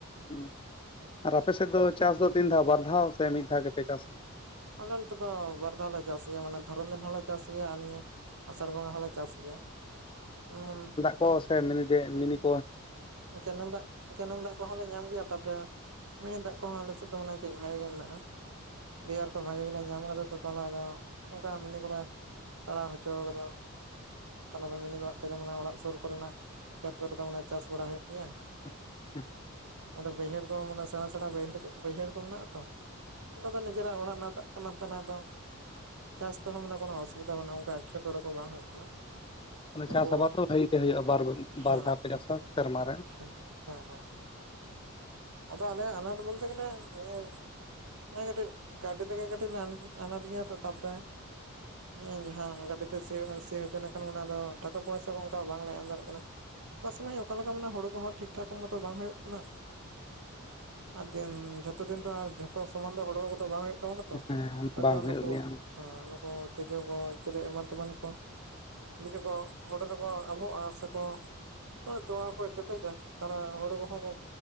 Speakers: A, on the left; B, on the right.
A: ᱦᱩᱸ ᱟᱨ ᱟᱯᱮ ᱥᱮᱫ ᱫᱚ ᱪᱟᱥ ᱫᱚ ᱛᱤᱱ ᱫᱷᱟᱶ ᱵᱟᱨ ᱫᱷᱟᱶ ᱥᱮ ᱢᱤᱫ ᱫᱷᱟᱣ ᱜᱮᱯᱮ ᱪᱟᱥ?
B: ᱟᱞᱮ ᱱᱚᱛᱮ ᱫᱚ ᱵᱟᱨ ᱫᱷᱟᱶ ᱞᱮ ᱪᱟᱥ ᱜᱮᱭᱟ, ᱢᱟᱱᱮ ᱫᱷᱚᱨᱚᱱ ᱫᱤᱱ ᱦᱚᱸᱞᱮ ᱪᱟᱥ ᱜᱮᱭᱟ ᱟᱨ ᱱᱤᱭᱟᱹ ᱟᱥᱟᱲ ᱵᱚᱸᱜᱟ ᱦᱚᱞᱮ ᱪᱟᱥ ᱜᱮᱭᱟ᱾ ᱩᱸ
A: ᱚ ᱥᱮ ᱢᱤᱱᱤᱰᱮ ᱢᱤᱱᱤᱴ
B: ᱠᱮᱱᱮᱞ ᱫᱟᱜ ᱠᱮᱱᱮᱞ ᱫᱟᱜ ᱠᱚᱦᱚᱸ ᱞᱮ ᱧᱟᱢ ᱜᱮᱭᱟ᱾ ᱛᱟᱯᱚᱨᱮ ᱢᱤᱱᱤ ᱫᱟᱜ ᱠᱚᱦᱚᱸ ᱟᱞᱮ ᱥᱮᱫ ᱫᱚ ᱚᱱᱮ ᱠᱟᱹᱡ ᱵᱷᱟᱜᱮ ᱜᱮ ᱢᱮᱱᱟᱜᱼᱟ᱾ ᱞᱤᱭᱟᱨ ᱠᱚ ᱵᱷᱟᱜᱤ ᱜᱮᱞᱮ ᱧᱟᱢ ᱠᱟᱫᱟ ᱛᱚ ᱛᱟᱦᱚᱞᱮ ᱟᱫᱚ ᱚᱱᱠᱟ ᱢᱤᱱᱤ ᱠᱚᱞᱮ ᱛᱟᱲᱟᱣ ᱦᱚᱪᱚ ᱠᱟᱫᱟ᱾ ᱛᱟᱦᱚᱞᱮ ᱫᱚ ᱢᱤᱱᱤ ᱫᱟᱜ ᱛᱮᱜᱮ ᱢᱟᱱᱮ ᱚᱲᱟᱜ ᱥᱩᱨ ᱠᱚᱨᱮᱱᱟᱜ ᱠᱷᱮᱛ ᱠᱚᱨᱮ ᱫᱚ ᱢᱟᱱᱮ ᱪᱟᱥ ᱵᱟᱲᱟ ᱦᱩᱭᱩᱜ ᱜᱮᱭᱟ᱾
A: ᱟᱪᱪᱷᱟ
B: ᱟᱫᱚ ᱵᱟᱹᱭᱦᱟᱹᱲ ᱠᱚ ᱢᱟᱱᱮ ᱥᱮᱬᱟ ᱥᱮᱬᱟ ᱵᱟᱹᱭᱦᱟᱹᱲ ᱠᱚ ᱵᱟᱹᱭᱦᱟᱹᱲ ᱠᱚ ᱢᱮᱱᱟᱜ-ᱟ ᱛᱚ ᱛᱟᱦᱚᱞᱮ ᱟᱫᱚ ᱱᱤᱡᱮᱨᱟᱜ ᱚᱲᱟᱜ ᱨᱮᱱᱟᱜ ᱫᱟᱜ ᱠᱟᱱᱟ ᱛᱟᱱᱟ ᱟᱫᱚ ᱪᱟᱥ ᱛᱮᱦᱚᱸ ᱢᱟᱱᱮ ᱠᱚᱱᱳ ᱚᱥᱩᱵᱤᱫᱷᱟ ᱵᱟᱹᱱᱩᱜ ᱚᱱᱠᱟ ᱮᱴᱠᱮᱴᱚᱬᱮ ᱠᱚ ᱵᱟᱝ ᱦᱩᱭᱩᱜ ᱠᱟᱱᱟ᱾
A: ᱢᱟᱱᱮ
B: ᱱᱩᱠᱩ
A: ᱪᱟᱥ ᱟᱵᱟᱫᱽ ᱫᱚ ᱵᱷᱟᱜᱤ ᱜᱮ ᱦᱩᱭᱩᱜᱼᱟ ᱵᱟᱨ
B: ᱦᱮᱸ
A: ᱵᱟᱨ ᱫᱷᱟᱶ ᱯᱮ ᱪᱟᱥᱟ ᱥᱮᱨᱢᱟᱨ ᱨᱮ᱾
B: ᱦᱮᱸ ᱦᱮᱸ ᱟᱫᱚ ᱟᱞᱮᱭᱟᱜ ᱟᱱᱟᱴ ᱵᱚᱞᱛᱮ ᱜᱮᱞᱮ ᱱᱤᱭᱟᱹ ᱤᱭᱟᱹ ᱠᱟᱹᱴᱤᱡ ᱠᱟᱹᱣᱰᱤ ᱛᱮᱜᱮ ᱠᱟᱹᱴᱤᱡ ᱞᱮ ᱟᱱᱟᱴ ᱟᱱᱟᱴ ᱜᱮᱭᱟ ᱛᱚ ᱛᱟᱯᱚᱨᱮ ᱤᱧ ᱡᱟᱦᱟᱸ ᱜᱟᱹᱰᱤ ᱛᱮ ᱥᱤ ᱥᱤ ᱦᱚᱪᱚ ᱞᱮᱠᱷᱟᱱ ᱚᱱᱟᱫᱚ ᱴᱟᱠᱟ ᱯᱚᱭᱥᱟ ᱠᱚ ᱚᱱᱠᱟ ᱵᱟᱝᱞᱮ ᱮᱢ ᱫᱟᱲᱮᱜ ᱠᱟᱱᱟ᱾ ᱚᱠᱟ ᱥᱚᱢᱚᱭ ᱚᱠᱟ ᱞᱮᱠᱟ ᱢᱟᱱᱮ ᱦᱳᱲᱳ ᱠᱚᱦᱚᱸ ᱴᱷᱤᱠ ᱴᱷᱟᱠ ᱢᱚᱛᱚ ᱵᱟᱝ ᱦᱩᱭᱩᱜ ᱠᱟᱱᱟ᱾ ᱟᱨ ᱫᱤᱱ ᱡᱷᱚᱛᱚ ᱫᱤᱱ ᱛᱚ ᱟᱨ ᱡᱷᱚᱛᱚ ᱥᱚᱢᱟᱱ ᱫᱚ ᱦᱳᱲᱳ ᱠᱚᱫᱚ ᱵᱟᱝ ᱦᱳᱭᱳᱜ ᱛᱟᱵᱚᱱᱟ ᱛᱚ
A: ᱦᱮᱸ
B: ᱦᱚᱭᱛᱚ
A: ᱵᱟᱝ
B: ᱱᱩᱠᱩ
A: ᱦᱩᱭᱩᱜ ᱜᱮᱭᱟ
B: ᱦᱮᱸ ᱱᱩᱠᱩ ᱛᱤᱡᱩ ᱠᱚ ᱪᱤᱞᱤ ᱮᱢᱟᱱ ᱛᱮᱢᱟᱱ ᱠᱚ ᱡᱩᱫᱤ ᱠᱚ ᱦᱳᱲᱳ ᱨᱮᱠᱚ ᱟᱵᱚᱜᱼᱟ ᱥᱮᱠᱚ ᱦᱚ ᱛᱚᱣᱟ ᱠᱚ ᱪᱮᱯᱮᱡᱟ ᱛᱟᱦᱞᱮ ᱦᱩᱲᱩ ᱠᱚᱦᱚᱸ ᱠᱚ